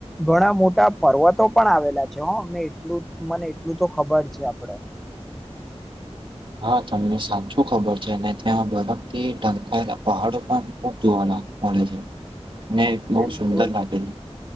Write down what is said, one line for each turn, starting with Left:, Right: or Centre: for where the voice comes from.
Centre: ઘણા મોટા પર્વતો પણ આવેલા છે હો મે એટલું મને એટલું તો ખબર છે આપડે <inaudible>
Right: હા તમને સાચું ખબર છે અને ત્યાં બરફથી ઢંકાયેલા પહાડો પણ ખુબ જોવાનાા હોય છે અને બહુ
Centre: બિલકુલ
Right: સુંદર લાગે છે